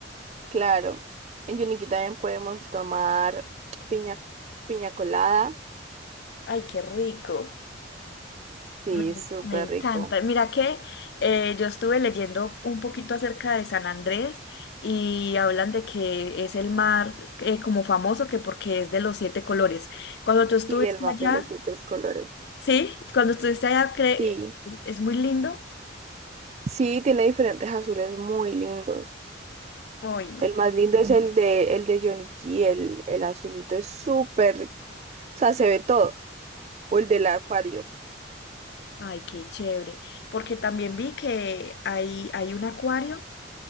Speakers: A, on the right (about 35°); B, on the left (about 60°).
A: claro. En Yuniquí también podemos tomar piña, piña colada.
B: Ay, qué rico.
A: Sí,
B: Me,
A: súper
B: me encanta.
A: rico.
B: Mira que eh, yo estuve leyendo un poquito acerca de San Andrés y hablan de que es el mar eh, como famoso que porque es de los siete colores. Cuando tú estuviste
A: Sí, el mar
B: allá,
A: de los siete colores.
B: sí, cuando estuviste allá, cre-
A: Sí,
B: es muy lindo.
A: sí, tiene diferentes azules muy lindos.
B: Ay, no.
A: El más lindo es el de el de Yonicky, el, el azulito es súper, o sea, se ve todo. O el del acuario.
B: Ay, qué chévere. Porque también vi que hay, hay un acuario